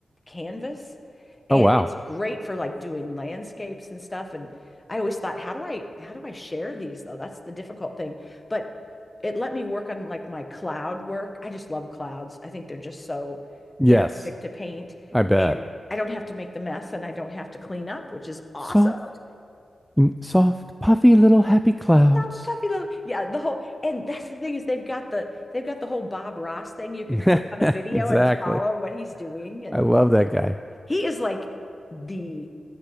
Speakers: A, on the left; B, in the centre.
A: canvas, and
B: Oh, wow.
A: it's great for like doing landscapes and stuff. And I always thought, how do I how do I share these though? That's the difficult thing. But it let me work on like my cloud work. I just love clouds. I think they're just so
B: Yes,
A: therapeutic to paint,
B: I bet.
A: and I don't have to make the mess, and I don't have to clean up, which is awesome.
B: Soft, soft, puffy little happy clouds.
A: Stop puppy love. Yeah, the whole and that's the thing is they've got the they've got the whole Bob Ross thing. You can
B: <laughs>
A: click on a video
B: Exactly.
A: and follow what he's doing. And
B: I love that guy.
A: he is like the